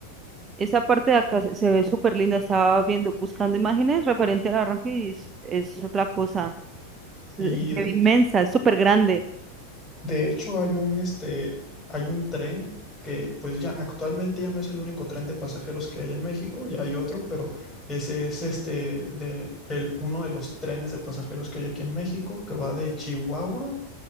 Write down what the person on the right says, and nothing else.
Esa parte de acá se se ve súper linda. Estaba viendo, buscando imágenes referente al arranque y es, es otra cosa. Es,
eh,
inmensa, es súper grande.